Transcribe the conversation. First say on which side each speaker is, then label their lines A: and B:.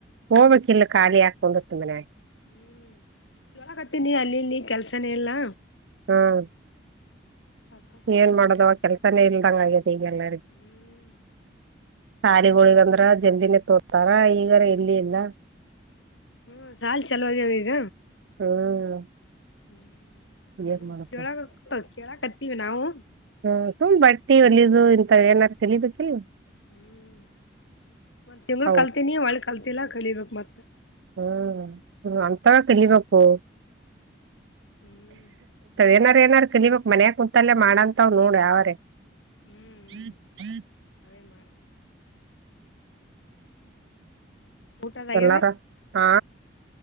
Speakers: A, on the right; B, on the left.
A: ಹೋಗ್ಬೇಕಕ್ ಇಲ್ಲ ಖಾಲಿ ಹಾಕೊಂಡಿರ್ತು ಮನೆ
B: ಹ್ಮ್ ಚೋಳಕತ್ತನಿ ಅಲ್ಲಿ ಇಲ್ಲಿ ಕೆಲ್ಸನೇ ಎಲ್ಲಾ
A: ಹ್ಮ್
B: ಅದ್ಕ ಸುಮ್
A: ಏನ್
B: ಕುಂತೀನಿ
A: ಮಾಡದವ
B: ನಾನ್
A: ಕೆಲ್ಸಾನೇ ಇಲ್ದಂಗ ಆಗತಿ ಈಗೆಲ್ಲರಿ
B: ಹ್ಮ್
A: ಸಾರಿಗಳಿಗಂದ್ರ
B: ಕೆಲಸ ಇದ್ರ
A: ಜಲ್ದಿನೇ ತೋತಾರ ಈಗಾರ ಎಲ್ಲಿ ಇಲ್ಲ
B: ಹ್ಮ ಸಾಲ್ ಚಲೋದಾವ ಈಗ
A: ಹ್ಮ್
B: ಹ್ಮ್ ನೋಡ
A: ಏನ್ ಮಾಡಪ್ಪ
B: ಕೇಳ ಕೇಳಕ್ತ್ತೀವಿ ನಾವು
A: ಹ್ಮ ಸುಮ್ ಬಡ್ತಿ ಒಲಿದ ಇಂತ ಏನಾದಾರು ಕಲಿಬೇಕಲ್ವಾ
B: ಹ್ಮ್ ಒಂದ ತಿಂಳ
A: ಅವು
B: ಕಲ್ತೀನಿ ಒಳಿ ಕಲ್ತಿಲ್ಲ ಕಲಿಬೇಕಕ್ ಮತ್ತೆ
A: ಹ್ಮ್ ಅಂತ ತಿಲಿಬೇಕು
B: ಹ್ಮ್
A: ಏನಾರ ಏನಾರ ಕ ನೀವಕ್ ಮನ್ಯ ಕುತಲ್ಲೇ ಮಾಡಂತಾವ್ ನೋಡ ಅವ್ರೆ
B: ಹ್ಮ್ ಹ್ಮ್
A: ಹ್ಮ
B: ಅವೇ ಮಾಡ ಊಟದಾಗ್ಯದ
A: ಎಲ್ಲಾರ ಹಾ